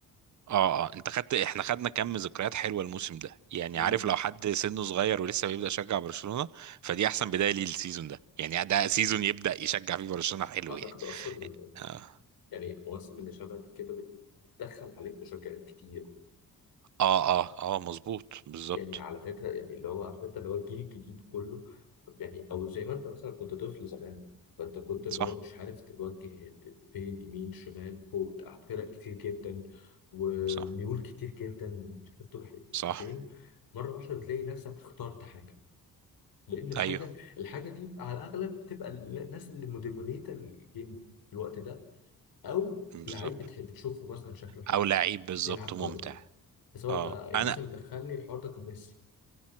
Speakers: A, on the right; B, on the left.
A: اه اه انت خدت احنا خدنا كم ذكريات حلوه الموسم ده يعني
B: مم.
A: عارف لو حد سنه صغير ولسه بيبدأ يشجع برشلونة فدي احسن بداية ليه السيزون ده يعني ده سيزون يبدأ يشجع فيه برشلونة حلو
B: اعتقد
A: يعني
B: اصلا إن-
A: اه
B: يعني المواسم اللي شبه دي كده بت- بتدخل عليك مشجعين كتير
A: اه اه, آه مظبوط بالظبط
B: يعني على فكرة يعني اللي هو عارف انت اللي هو الجيل الجديد كله يعني او زي ما انت مثلا كنت طفل زمان فانت كنت اللي
A: صح
B: هو مش عارف توجه فين يمين شمال فوق تحت فرق كتير جدا وميول
A: صح
B: كتير جدا ومش عارف تروح
A: صح
B: فين مرة واحدة بتلاقي نفسك اخترت حاجة لأن الحاجة
A: ايوه
B: الحاجة دي على الأغلب بتبقى الناس اللي مدمنيتة الجيم في الوقت ده أو
A: بالظبط
B: لعيب بتح- بتشوفه مثلا شكله حلو
A: او لعيب بالظبط
B: بيلعب كويس
A: ممتع
B: سواء
A: اه
B: بقى يعني
A: انا
B: مثلا دخلني الحوار ده كان ميسي